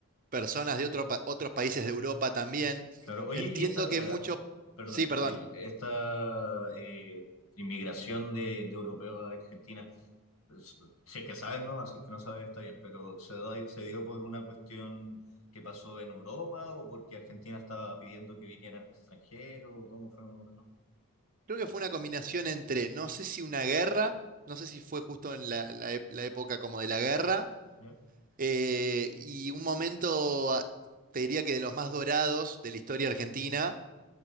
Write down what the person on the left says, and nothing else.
claro. Oye,
y esta,
espera,
perdón,
el- esta eh, inmigración de, de europeos a Argentina, pues, si es que sabes no así que no sabes está bien, pero ¿se, da- se dio por una cuestión que pasó en Europa o porque Argentina estaba pidiendo que vinieran extranjeros o cómo fue? ¿No?
¿Ya?